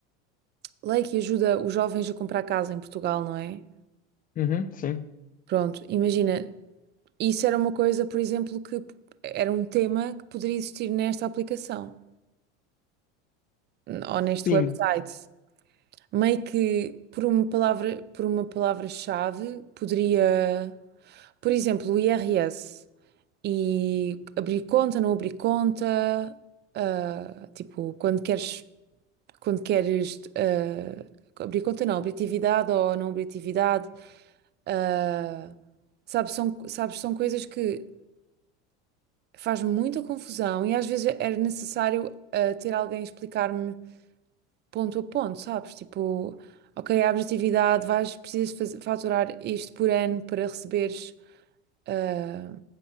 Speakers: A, on the right; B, on the left.
A: lei que ajuda os jovens a comprar casa em Portugal, não é?
B: Uhum. Sim.
A: Pronto, imagina, isso era uma coisa, por exemplo, que p- era um tema que poderia existir nesta aplicação n- ou neste
B: Sim,
A: website. Meio que por uma palavra, por uma palavra-chave poderia, por exemplo, o IRS e abrir conta, não abrir conta, ah, tipo, quando queres quando queres eh, abrir conta, não, abrir atividade ou não abrir atividade. Ah, sabes, são, sabes, são coisas que faz muita confusão e às vezes era necessário ah, ter alguém explicar-me ponto a ponto, sabes? Tipo, ok, abres atividade, vais, precisas faz- faturar isto por ano para receberes, ah,